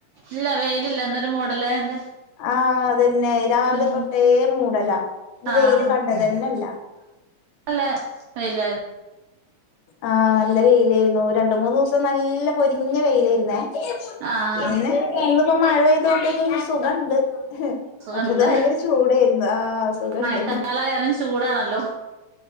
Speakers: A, on the right; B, on the left.
A: ഇല്ല വെയിലില്ല ഇന്നൊരു മൂടലായോണ്ട്
B: ആഹ അതന്നെ രാവിലെ
A: ഉം
B: തൊട്ടേ മൂടല ഇന്ന്
A: ആഹ്
B: വെയില് കണ്ടതന്യല്ല
A: നല്ല വെയിലായിരുന്നു.
B: ആഹ നല്ല വെയിലായിരുന്നു രണ്ട് മൂന്നു ദിവസം നല്ല പൊരിഞ്ഞ വെയിലായിരുന്നേ
A: ആഹ്
B: പിന്നെ വന്നിപ്പോ മഴ പെയ്ത കൊണ്ടെങ്കിലും സുഖണ്ട്
A: സുഖണ്ട്
B: മറ്റത് ഭയങ്കര ചൂടായിരുന്നു ആ ആ സുഖണ്ട്
A: മഴക്കാലായാലും ചൂടാണല്ലോ